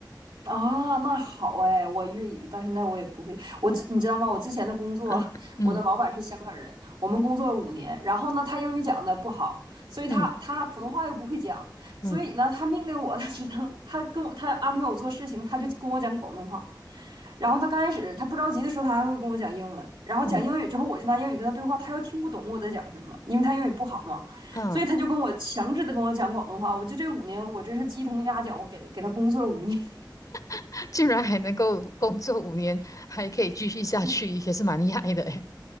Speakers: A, on the right; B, on the left.
A: 啊，那好哎，我粤语到现在我也不会，我之你知道吗？我之前的工作，
B: 嗯 <laughs>
A: 我的老板是香港人，
B: 嗯
A: 我们工作了五年，然后呢，他英语讲的不好，所以他他普通话又不会讲，
B: 嗯
A: 所以呢，
B: 嗯
A: 他命令我 <laughs>，他只能他跟我他安排我做事情，他就跟我讲广东话，然后他刚开始他不着急的时候，他还会跟我讲英文，然后讲英语之后，
B: 嗯
A: 我就拿英语跟他对话，他又听不懂我在讲什么，因为他英语不好嘛，
B: 嗯，
A: 所以他就跟我强制的跟我讲广东话，我就这五年我真是鸡同鸭讲，我给给他工作了五年。
B: <laughs> 竟然还能够工作五年，还可以继续下去，
A: <laughs>
B: 也是蛮厉害的诶。